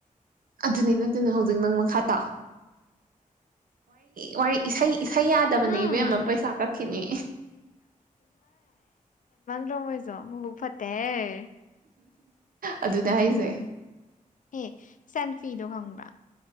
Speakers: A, on the right; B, on the left.
A: ꯑꯗꯨꯅꯦ ꯍꯧꯖꯤꯛ ꯅꯪ ꯃꯈꯥ ꯇꯥ ꯋꯥꯔꯤ ꯏꯁꯩ ꯏꯁꯩ ꯌꯥꯗꯕꯅꯦ
B: ꯍꯝ
A: ꯏꯕꯦꯝꯃ ꯄꯩꯁꯥ ꯀꯛꯈꯤꯅꯤ꯫
B: ꯗꯔꫭꯃꯣꯏꯖꯨ ꯃꯕꯨꯛ ꯐꯠꯇꯦ ꯍꯦ
A: ꯑꯗꯨꯗ ꯍꯥꯏꯁꯦ
B: ꯑꯦ ꯏꯆꯥꯅꯨꯄꯤꯗꯣ ꯈꯪꯕ꯭ꯔꯥ?